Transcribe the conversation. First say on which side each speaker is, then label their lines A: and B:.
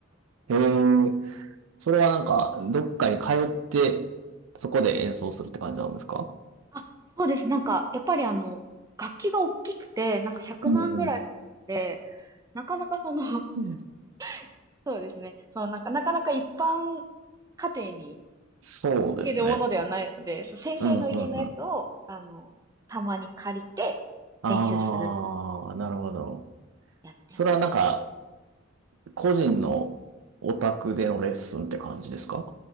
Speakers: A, on the right; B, on the right.
A: へえ。それはなんか、どっかに通って、そこで演奏するって感じなんですか
B: あ、そうです。なんか、やっぱりあの、楽器が大きくて、なんか100万ぐらいで、
A: うん
B: なかなかその、
A: うん。
B: <laughs> そうですね。そのなんか、なかなか一般家庭に
A: そうですね。
B: 置けるものではないので、そう、先生の家のやつを、
A: うん、うん、うん。
B: あの、たまに借りて練習するっ
A: あー、なるほど。
B: てやってます。
A: それはなんか、個人のお宅でのレッスンって感じですか